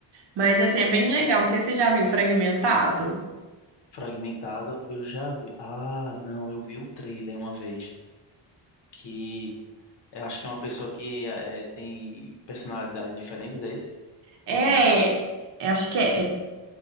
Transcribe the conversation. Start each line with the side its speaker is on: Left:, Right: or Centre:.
Right: Mas assim, é bem legal, não sei se você já viu Fragmentado.
Left: fragmentado. Eu já vi. Ah, não, eu vi um trailer uma vez que eu acho que é uma pessoa que é, tem personalidades diferentes, é esse?
Right: É,
Left: Ou não?
Right: é, acho que é é